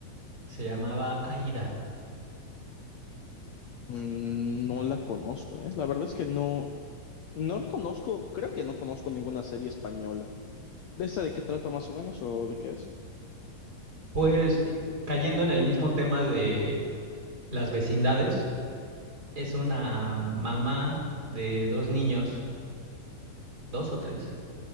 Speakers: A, on the right (about 25°); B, on the left (about 60°).
A: se llamaba Aída.
B: Mm, No la conozco, ¿eh? La verdad es que no, No lo conozco, creo que no conozco ninguna serie española. ¿De esa de qué trata más o menos o de qué es?
A: Pues y- cayendo en el mismo tema de las vecindades, es una mamá de dos niños, dos o tres,